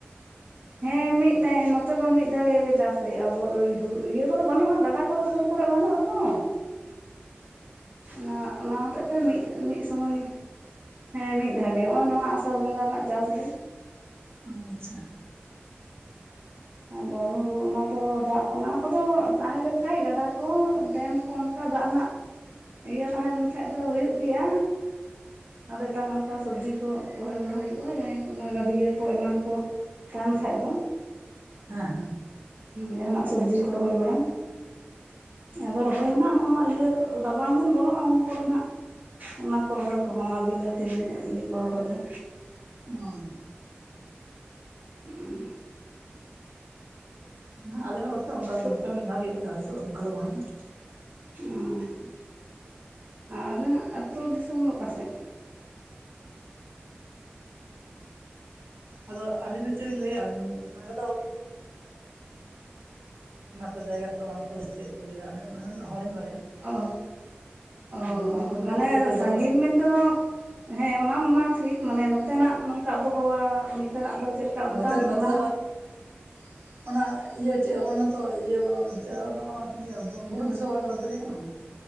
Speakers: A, on the right (about 45°); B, on the right (about 70°).
A: ᱦᱮᱸ ᱢᱤᱫᱴᱟᱭ ᱱᱚᱛᱮ ᱫᱚ ᱢᱤᱫ ᱫᱷᱟᱣᱮ ᱜᱮ ᱪᱟᱥ ᱦᱩᱭᱩᱜᱼᱟ ᱜᱟᱰᱟ ᱠᱚᱫᱚ ᱥᱩᱨ ᱠᱚᱨᱮ ᱵᱟᱹᱱᱩᱜᱼᱟ ᱛᱚ ᱚᱱᱟ ᱚᱱᱟ ᱦᱚᱛᱮᱜ ᱛᱮ ᱢᱤᱫ ᱢᱤᱫ ᱥᱚᱢᱚᱭ ᱦᱮᱸ ᱢᱤᱫ ᱫᱷᱟᱣ ᱜᱮ ᱱᱚᱜᱼᱚᱭ ᱱᱚᱣᱟ ᱟᱥᱟᱲ ᱵᱚᱸᱜᱟ ᱨᱮᱱᱟᱜ ᱪᱟᱥ ᱜᱮ
B: ᱚᱸ ᱟᱪᱪᱷᱟ
A: ᱟᱨ ᱵᱚᱨᱳ ᱦᱩᱲᱩ ᱚᱱᱟ ᱫᱚ ᱫᱟᱜ ᱚᱱᱟ ᱠᱚᱫᱚ ᱛᱟᱦᱮᱸᱞᱮᱱᱠᱷᱷᱟᱡ ᱜᱟᱰᱟ ᱠᱚ ᱰᱮᱢ ᱠᱚ ᱚᱱ ᱠᱟ ᱫᱟᱜ ᱨᱮᱱᱟᱜ ᱤᱭᱟᱹ ᱛᱟᱦᱮᱸ ᱞᱮᱱᱠᱷᱷᱟᱡ ᱫᱚ ᱦᱩᱭᱩᱜ ᱜᱮᱭᱟ ᱟᱫᱚ ᱮᱴᱟᱜᱟᱜ ᱚᱱᱠᱟ ᱥᱚᱵᱽᱡᱤ ᱠᱚ ᱨᱚᱦᱚᱭ ᱵᱟᱲᱟ ᱦᱩᱭᱩᱜ-ᱟ ᱡᱟᱦᱟᱸᱭ ᱠᱚ ᱚᱱᱟ ᱜᱟᱹᱰᱭᱟᱹ ᱠᱚ ᱮᱢᱟᱱ ᱠᱚ ᱛᱟᱦᱮᱱ ᱠᱷᱟᱡ ᱫᱚ
B: ᱦᱮᱸ ᱦᱮᱸ
A: ᱡᱟᱦᱟᱱᱟᱜ ᱥᱚᱵᱽᱡᱤ ᱠᱚ ᱨᱚᱦᱚᱭ ᱵᱟᱲᱟ ᱟᱫᱚ ᱨᱚᱦᱚᱭ ᱦᱚᱸᱱᱟᱜ ᱦᱚᱱᱚ ᱱᱚᱣᱟ ᱤᱭᱟᱹ ᱨᱟᱵᱟᱝ ᱫᱤᱱ ᱵᱚᱞᱚᱜ-ᱟ ᱩᱱ ᱠᱚᱨᱮᱱ ᱦᱟᱸᱜ ᱚᱱᱟ ᱠᱚ ᱨᱚᱦᱚᱭ ᱠᱚᱦᱚᱸ ᱚᱱᱟ ᱵᱤᱞᱟᱹᱛᱤ ᱵᱮᱸᱜᱟ ᱤᱭᱟᱹ ᱠᱚ ᱨᱚᱦᱚᱭ ᱫᱚ
B: ᱚᱸ
A: ᱚᱸᱦ
B: ᱦᱮᱸ ᱟᱞᱮ ᱦᱚᱸ ᱱᱚᱛᱮ ᱚᱱᱠᱟᱜᱮ
A: ᱛᱚ
B: ᱱᱚᱛᱮ ᱦᱚᱸ ᱢᱤᱫ ᱫᱷᱟᱣ ᱜᱮ ᱦᱩᱭᱩᱜᱼᱟ ᱪᱟᱥ ᱫᱚ ᱚᱱᱠᱟ ᱫᱚ ᱵᱟᱝ ᱦᱩᱭᱩᱜᱼᱟ
A: ᱚᱸᱻ ᱟᱨ ᱟᱵᱮᱱᱟᱜ ᱟᱹᱛᱩ ᱫᱤᱥᱚᱢ ᱫᱚ ᱚᱠᱟ ᱥᱮᱫ
B: ᱟᱫᱚ ᱟᱹᱞᱤᱧ ᱫᱚ ᱪᱮᱫ ᱞᱤᱧ ᱞᱟᱹᱭᱟ ᱱᱚᱸᱰᱮ ᱫᱚ ᱡᱟᱭᱜᱟ ᱠᱚᱫᱚ ᱵᱟᱝᱠᱚ ᱞᱟᱹᱭ ᱥᱮᱪᱮᱫ ᱠᱚ ᱞᱟᱹᱭ ᱮᱫᱟ ᱟᱫᱚ <unintelligible> ᱦᱚᱲᱤᱧ ᱵᱟᱲᱟᱭᱟ
A: ᱚᱸ ᱚᱸᱻ
B: ᱚᱸᱰᱮ ᱫᱚ ᱵᱟᱝ ᱩᱞᱞᱮᱠᱷ
A: ᱢᱟᱱᱮ
B: ᱞᱟᱹᱭ ᱜᱟᱱᱚᱜᱼᱟ
A: ᱥᱟᱹᱜᱤᱧ
B: ᱥᱮ
A: ᱢᱮᱱᱛᱮᱫᱚ ᱦᱮᱸ ᱚᱱᱟ ᱢᱟ ᱴᱷᱤᱠ ᱢᱟᱱᱮ ᱱᱚ ᱚᱱᱛᱮᱱᱟᱜ ᱱᱚᱝᱠᱟ ᱟᱵᱚᱦᱟᱣᱟ ᱚᱱᱛᱮᱱᱟᱜ ᱫᱚ ᱪᱮᱫ ᱞᱮᱠᱟ ᱚᱱᱠᱟ‌
B: ᱱᱚᱛᱮ ᱱᱚᱛᱮ
A: ᱚᱱᱟ
B: <inaudible> ᱚᱱᱟ ᱤᱭᱟᱹ ᱪᱮᱫ ᱚᱱᱟᱛᱚ ᱤᱭᱟᱹ <unintelligible> ᱵᱩᱨᱩ ᱫᱤᱥᱚᱢ ᱟᱞᱮ ᱫᱚ ᱱᱚᱛᱮ ᱪᱮᱫ ᱠᱟᱱᱟ